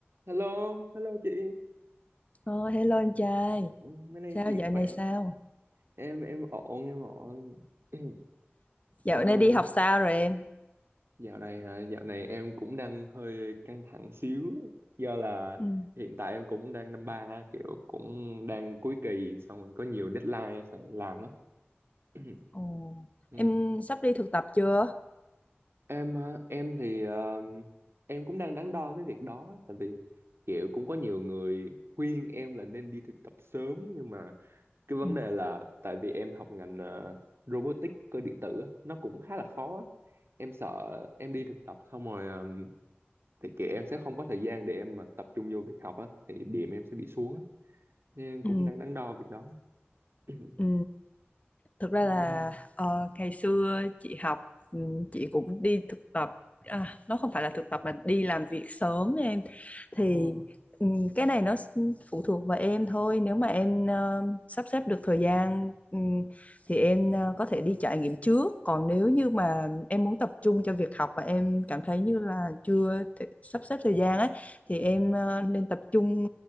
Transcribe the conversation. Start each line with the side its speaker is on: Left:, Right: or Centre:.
Right: Hello, hello chị.
Left: Ờ, hello anh trai,
Right: Ừ, Bữa nay
Left: sao
Right: chị
Left: dạo
Right: khỏe.
Left: này sao?
Right: Em em ổn, em ổn. <clears throat>
Left: Dạo
Right: Ừm,
Left: này đi học sao rồi em?
Right: dạo này hả? Dạo này em cũng đang hơi căng thẳng xíu do là
Left: Ừ.
Right: hiện tại em cũng đang năm ba kiểu cũng đang cuối kỳ xong rồi có nhiều deadline phải làm lắm. <clears throat>
Left: Ồ, em
Right: Ừm.
Left: sắp đi thực tập chưa?
Right: Em ờ, em thì ờ, em cũng đang đắn đo cái việc đó tại vì kiểu cũng có nhiều người khuyên em là nên đi thực tập sớm nhưng mà cái vấn
Left: Ừ.
Right: đề là tại vì em học ngành ờ, robotics cơ điện tử á, nó cũng khá là khó á. em sợ em đi thực tập xong rồi ờm, thì kệ em sẽ không có thời gian để em mà tập trung vô việc học á thì điểm em sẽ bị xuống á nên em
Left: Ừ,
Right: cũng đang đắn đo việc đó <coughs>
Left: ừ. Thực ra
Right: <clears throat> ừ
Left: là ờ, ngày xưa chị học ừ, chị cũng đi thực tập à, nó không phải là thực tập mà đi làm việc sớm em
Right: oh
Left: thì ừ, cái này nó s- phụ thuộc vào em thôi nếu mà em ờ, sắp xếp được thời gian ừ, thì em ờ, có thể đi trải nghiệm trước còn nếu như mà em muốn tập trung cho việc học và em cảm thấy như là chưa thể sắp xếp thời gian ấy thì em ờ, nên tập trung